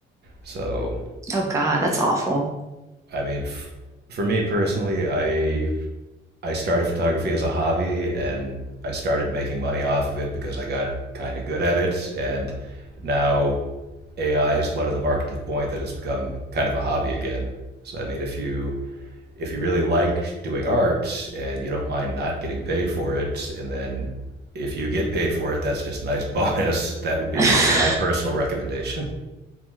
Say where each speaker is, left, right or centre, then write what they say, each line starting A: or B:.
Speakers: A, on the right (about 55°); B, on the right (about 15°).
A: So,
B: Oh God, that's awful.
A: I mean, f- for me personally, I I started photography as a hobby and I started making money off of it because I got kind of good at it, and now AI has flooded the market to the point that it's become kind of a hobby again. So, I mean, if you if you really like doing art and you don't mind not getting paid for it, and then if you get paid for it, that's just a nice <laughs> bonus. That would be
B: <laughs>
A: my personal recommendation.